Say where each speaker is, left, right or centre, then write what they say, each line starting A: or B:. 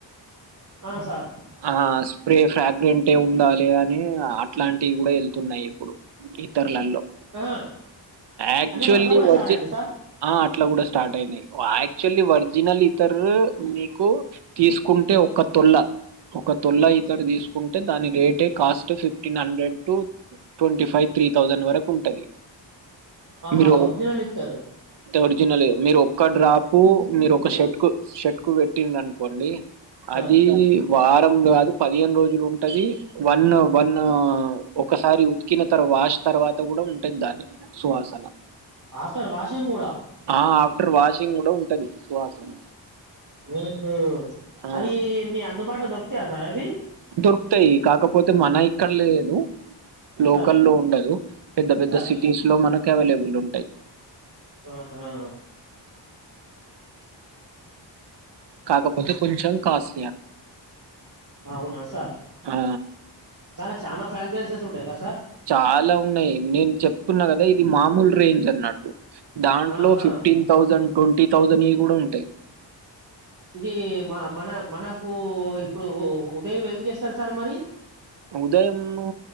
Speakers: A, on the right; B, on the right.
A: అ సార్
B: ఆ స్ప్రే ఫ్రాగ్రెంట్మ్గా ఉండాలి అని అట్లాంటివి గుడా ఎళ్తున్నాయి ఇప్పుడు ఇతర్లల్లో
A: ఆహా
B: యాక్చువల్లీ
A: అంటే ఇప్పుడు అట్లా కూడా స్టార్ట్
B: ఒర్జిన్
A: అయిందా సార్
B: ఆ అట్లా గుడా స్ స్టార్ట్ ఐనయి యాక్చువల్లీ వరిజినల్ ఇతర్ నీకు తీస్కుంటే ఒక్క తొల్ల ఒక తొల్ల ఇతర్ తీస్కుంటే దాని రేటే cost fifteen hundred to twenty five three thousand వరకుంటది
A: ఆహా
B: మీరో
A: ఒరిజినల్ ఇత్తరు
B: ఒరిజినల్ మీరు ఒక్క డ్రాప్ పూ మీరు ఒక షర్ట్కు షర్ట్కు పెట్టిల్ అనుకోండి
A: సార్
B: అదీ వారం గాదు పదిహేను రోజులుంటది వన్ వన్ ఒకసారి ఉతికిన తర్వ వాష్ తర్వాత గుడా ఉంటది దాని సువాసన
A: ఆతరు వాషే గూడ
B: ఆ ఆఫ్టర్ వాషింగ్ కూడా ఉంటది సువాసన
A: ఓహో
B: ఆ
A: అది మీ అందుబాట్లో దొ తయ సారవ్వి
B: దొర్కుతయ్ కాకపోతే మన ఇక్కడ లేదు లోకల్లో
A: సార్
B: ఉండదు పెద్ద పెద్ద
A: సార్
B: సిటీస్లో మనకు అవైలబుల్ ఉంటది
A: ఆహా
B: కాకపోతే కొంచం కాస్
A: ఔనా సార్
B: ఆ
A: దన చానా ఫ్యాగ్గ్రన్సస్ ఉంటాయ్గ
B: చాలా ఉన్నయ్ నేను చెప్తున్నా గదా ఇది మామూల్ రేంజ్ అన్నట్ దాంట్లో
A: ఆహా
B: ఫిఫ్టీన్ థౌసండ్ టోన్టీ థౌసండ్ ఇ గుడా ఉ ట్టయ్
A: ఈ మ మన మనకూ ఇప్పుడు ఉదయం ఏం జేస్తరు సార్ మరి
B: ఉదయంము